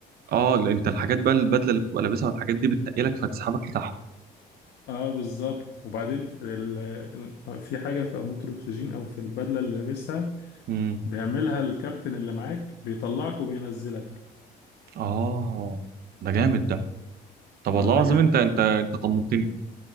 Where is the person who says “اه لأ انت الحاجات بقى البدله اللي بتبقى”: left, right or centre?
Right